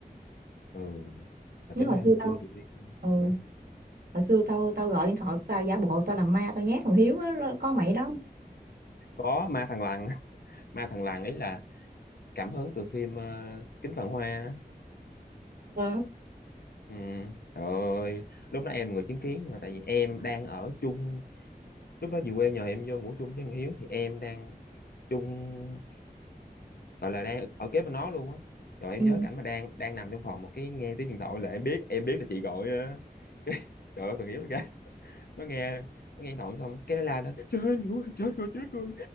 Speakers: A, on the left; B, on the right.
A: ừ mà
B: nhớ
A: tính
B: hồi xưa
A: ra hồi xưa
B: tao
A: chị đi
B: ừ,
A: hả?
B: hồi xưa tao tao gọi điện thoại của tao giả bộ tao làm ma tao nhát thằng Hiếu á rồi có mày đó
A: có ma thằng lằn <laughs> ma thằng lằn ấy là cảm hứng từ phim ờ, Kính Vạn Hoa á.
B: Ờ,
A: ừ. trời ơi lúc đó em là người chứng kiến mà tại vì em đang ở chung lúc đó về quê nhờ em vô ngủ chung với thằng Hiếu thì em đang chung gọi là đang ở kế bên nó luôn á rồi em
B: ừ.
A: nhớ cảnh mà đang đang nằm trong phòng một cái nghe tiếng điện thoại là em biết em biết là chị gọi á. <laughs> cái trời ơi thằng Hiếu nó ra nó nghe nó nghe điện thoại xong cái nó la nó chết rồi chết rồi chết rồi